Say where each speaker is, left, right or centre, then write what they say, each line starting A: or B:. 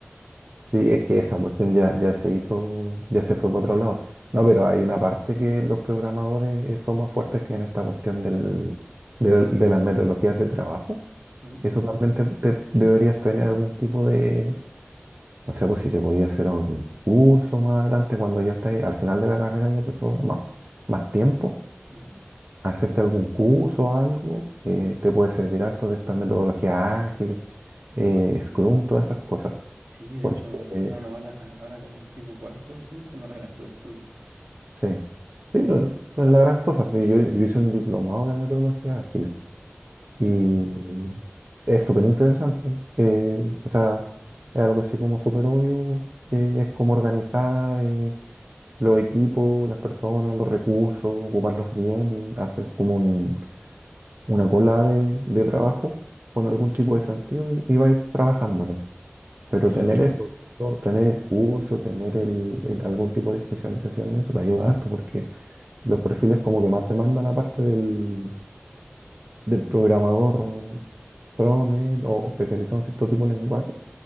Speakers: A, on the right; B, on the right.
A: sí, es que esa cuestión ya, ya se hizo, ya se fue para otro lado. No, pero hay una parte que los programadores eh, son más fuertes que en esta cuestión del, del- de las metodologías de trabajo.
B: Mm,
A: Eso también te, te- deberías tener algún tipo de, no sé, pues si te podías hacer algún curso más adelante cuando ya estés al final de la carrera ya te sobra más, más tiempo
B: mm.
A: hacerte algún curso o algo, eh, te puede servir harto de estas metodologías ágiles, eh, Scrum, todas esas cosas.
B: Sí, de
A: Porque,
B: hecho,
A: eh,
B: ahora no hablan, a- ahora como un tipo cuarto, quinto, no hablan harto de Scrum.
A: sí, sí, no, no es la gran cosa. pero Yo, yo hice un diplomado de metodologías ágiles
B: Ya,
A: y es súper interesante. eh, o sea, es algo así como súper obvio, eh, es como organizar eh, los equipos, las personas, los recursos, ocuparlos bien y hacer como un una cola de, de trabajo con
B: mm,
A: algún tipo de sentido y, y vais trabajándolo. Pero
B: ya,
A: tener Claro. eso, ¿no? tener el curso, tener el, el- algún tipo de especialización en eso te ayuda harto porque los perfiles como que más demandan aparte del, del programador frontend o o especializado en cierto tipo de lenguaje,